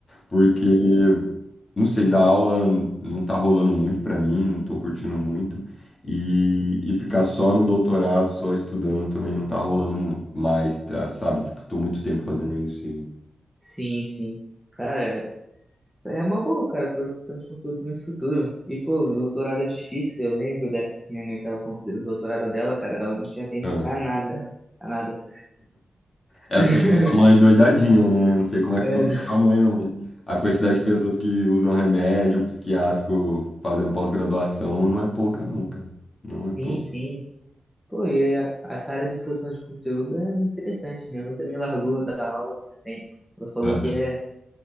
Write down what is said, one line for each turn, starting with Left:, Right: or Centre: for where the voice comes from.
Left: Porque Uhum. Não sei, dar aula não tá rolando muito pra mim, não tô curtindo muito. E, e ficar só no doutorado, só estudando também não tá rolando mais, tá? Sabe? Tipo, tô muito tempo fazendo isso e...
Centre: Sim, sim. Cara, é uma boa, cara. Produção de conteúdo tem muito futuro. E, pô, doutorado é difícil. Eu lembro da minha mãe tava concluindo o doutorado dela, cara. Ela não tinha tempo
Left: Ah.
Centre: pra nada. Pra nada.
Left: É, as
Centre: <laughs>
Left: pessoas estão uma endoidadinha, né? Não sei como é que
Centre: É,
Left: ficou do
Centre: não.
Left: tamanho, não, mas a quantidade de pessoas que usam remédio psiquiátrico fazendo pós-graduação não é pouca, não, cara. Não é pouca.
Centre: sim, sim. Pô, e a- essa área de produção de conteúdo é muito interessante. Minha mãe também largou da aula há muito tempo. Ela falou
Left: Aham.
Centre: que é,